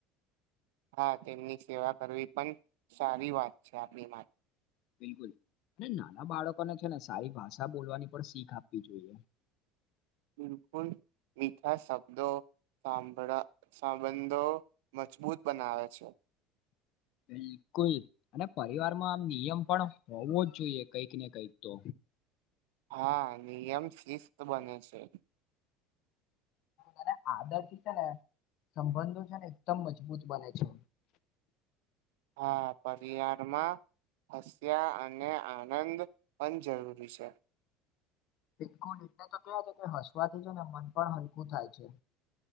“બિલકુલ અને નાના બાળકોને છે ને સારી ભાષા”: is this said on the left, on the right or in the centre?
Left